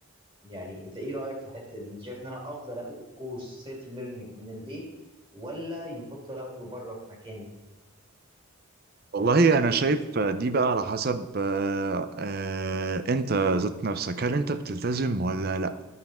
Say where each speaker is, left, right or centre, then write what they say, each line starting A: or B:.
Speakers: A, on the right; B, on the right.
A: يعني انت ايه رايك في الحته دي انت شايف ان انا افضل اخد الكورس سيلف ليرنينج من البيت ولا يفضل اخده بره في مكان
B: والله انا شايف دي بقى على حسب آه، آه، انت ذات نفسك هل انت بتلتزم ولا لا